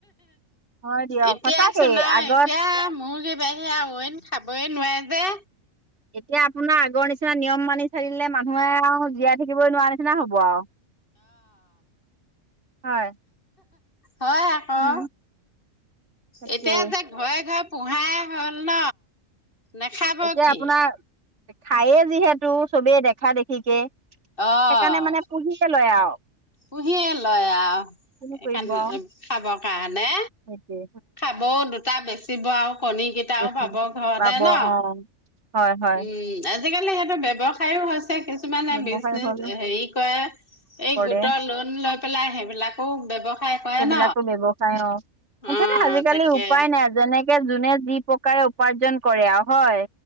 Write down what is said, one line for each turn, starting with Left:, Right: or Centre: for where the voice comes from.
Right: হয় দিয়ক
Left: এতিয়া
Right: সঁচাকেই
Left: চোন আ
Right: আগত
Left: এতিয়া মূৰ্গীৰ। বাহি আৰু অইন খাবই নোৱাৰে যে।
Right: এতিয়া আপোনাৰ আগৰ নিচিনা নিয়ম মানি চলিলে মানুহে আৰু জীয়াই থাকিবই নোৱাৰা নিচিনা হ'ব আৰু। হয়।
Left: অ'হয় আ।
Right: উম,
Left: অ,
Right: তাকেই
Left: এতিয়া যে ঘৰে ঘৰে পোহাই হ'ল ন। নাখাব
Right: এতিয়া
Left: কি
Right: আপোনাৰ, খায়ে যিহেতু চবেই দেখা-দেখিকে।
Left: অ'
Right: সেইকাণে মানে পুহিকে লয়। আৰু।
Left: পুহিয়ে লয় আ সেইকাৰণে
Right: কিনো কৰিব আৰু
Left: খাব খাবৰ কাৰণে।
Right: সেইটোৱে
Left: খাবও দুটা বেচিব আৰু কণী কেইটাও
Right: বেছি
Left: পাব ঘৰতে
Right: পাব
Left: ন।
Right: অ'। হয়, হয়
Left: উম, আজিকালি সেইটো ব্যৱসায় হৈছে, কিছুমানে
Right: ব্যৱসায়
Left: ব্ৰিজনেজ
Right: হ'ল
Left: হেৰি কৰে। এই
Right: কৰে
Left: গোটৰ লোন লৈ পেলাই হেইবিলাকো ব্যৱসায় কৰে
Right: সেইবিলাকো
Left: ন
Right: ব্যৱসায় অ'মুঠতে
Left: অ'
Right: আজিকালি
Left: তাকে
Right: উপায় নাই যেনেকে যোনে যি প্ৰকাৰে। উপাৰ্জন কৰে আও হয়,